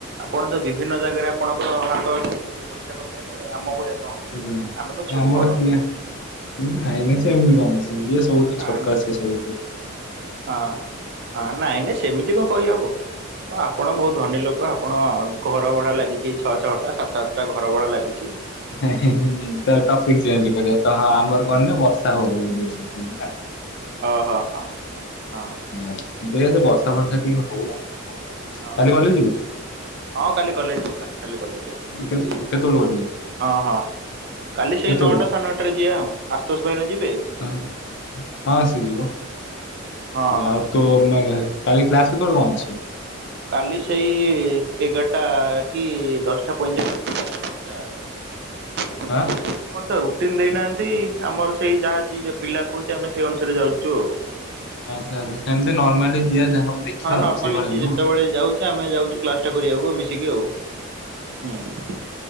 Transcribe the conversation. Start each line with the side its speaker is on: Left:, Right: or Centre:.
Right: ଆପଣ ତ ବିଭିନ୍ନ ଜାଗାରେ ଆପଣଙ୍କର ହାତ ଅଛି। ପଇସା କମେଇବାରେ ଆମ ଭଳିଆ କଣ।
Left: ହୁଁ
Right: ଆମେ ତ ଛୋଟ
Left: ଆମର
Right: ମୋଟ
Left: ସେଇଆ। ନାଇଁ ନାଇଁ ସେମତି <unintelligible> ଯିଏ ସବୁଠୁ
Right: ନା
Left: ଛୋଟ
Right: ନା।
Left: ସିଏ ସବୁଠୁ
Right: ହଁ ହଁ ନାଇଁ ନାଇଁ ସେମିତି କଣ କହିହବ ହ ଆପଣ ବୋହୁତ ଧନୀ ଲୋକ ଆପଣ ଘର ଭଡା ଲାଗିଚି ଛଅ ଛଅଟା ସାତ ସାତଟା ଘର ଭଡା ଲାଗିଚି।
Left: ନାହିଁ ତା ପାସିକି ଚେଞ୍ଜ କରିବା ତାହା ଆମର କଣ ନା ବର୍ଷା ହବ ବୋଲି ନା।
Right: ଓହୋ ହଁ ହଁ।
Left: ଆ ଦେଖେ ବର୍ଷା ବର୍ଷା ଟିକେ ହୋଉ ଆଉ
Right: ହଁ।
Left: କାଲି ଗଲେ ଯିବୁ?
Right: ହଁ କାଲି କଲେଜ ଯିବା ପା କାଲି କଲେଜ ଯିବା
Left: କେତେ- କେତେବେଳୁ କଲେଜ
Right: ହଁ ହଁ। କାଲି ସେଇ
Left: କେତେବେଳୁ?
Right: ନଅଟା ସାଢେ ନଅଟାରେ ଯିବା ଆଉ ଆଶୁତୋଷ ଭାଇନା ଯିବେ?
Left: ହଁ। ହଁ ସିଏ ଯିବ
Right: ହଁ ହଁ।
Left: ଆଉ ତୁମେ କାଲି କ୍ଲାସ କେତେବେଳେ କଣ ଅଛି?
Right: କାଲି ସେଇ ଏଗାରଟା କି ଦଶଟା ପଇଁଚାଳିଶରେ <inaudible> କଣ ହେଇଛି?
Left: ଆଁ?
Right: ଆମର ତ ରୁଟିନ ଦେଇନାହାନ୍ତି ଆମର ସେଇ ଯାହା ଯିଏ ପିଲା କୋହୁଚି ଆମେ ସେଇ ଅନୁସାରେ ଯାଉଚୁ।
Left: ଆଚ୍ଛା ଆଚ୍ଛା ସେମିତି ନର୍ମାଲି ଯିଆ ଯାହା ହବ ଦେଖିବା
Right: ହଁ ନର୍ମାଲି
Left: ଆଉ ସେଇଭଳିଆ
Right: ଯିଏ
Left: ନୁହଁ?
Right: ଯେତେବେଳେ ଯାଉଛେ ଆମେ ଯାଉଚୁ କ୍ଲାଟାଟା କରିବାକୁ ମିଶିକି ଆଉ ହୁଁ।